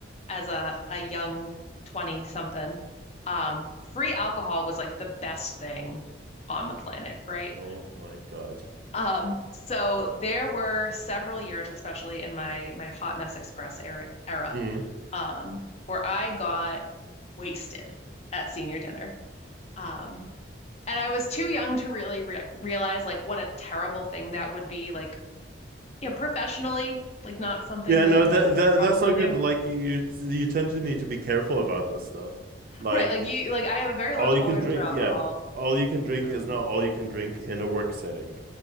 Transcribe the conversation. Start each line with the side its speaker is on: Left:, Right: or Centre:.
Left: as a a young 20 something, um, free alcohol was like the best thing on the planet, right?
Right: Oh my god.
Left: Um, so there were several years, especially in my my Hot Mess Express era, era,
Right: Mm.
Left: um, where I got wasted at senior dinner. Um, and I was too young to really re realize like what a terrible thing that would be, like, yeah, professionally, like not something
Right: Yeah,
Left: that
Right: no,
Left: you
Right: that
Left: should
Right: that
Left: probably
Right: that's not
Left: do.
Right: good. Like you you tend to need to be careful about this stuff. Like
Left: Right, like you like I have a very
Right: all
Left: low tolerance
Right: you can drink,
Left: for alcohol.
Right: yeah, all you can drink
Left: Um,
Right: is not all you can drink in a work setting.